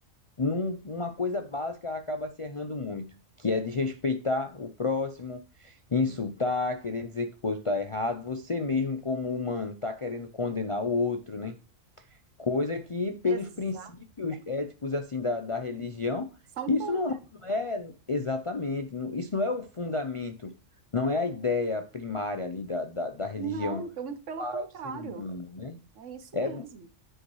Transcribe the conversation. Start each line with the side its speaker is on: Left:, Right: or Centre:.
Left: num- uma coisa básica acaba se errando muito, que é desrespeitar o próximo, insultar, querer dizer que o outro está errado, você mesmo como humano está querendo condenar o outro, né? Coisa que pelos
Right: Exato.
Left: princípios éticos assim da, da religião,
Right: São
Left: isso
Right: contra.
Left: não, não é exatamente, não- isso não é o fundamento, não é a ideia primária ali da, da, da religião
Right: Não, muito pelo
Left: para
Right: contrário.
Left: o ser humano, né?
Right: É isso
Left: É
Right: mesmo.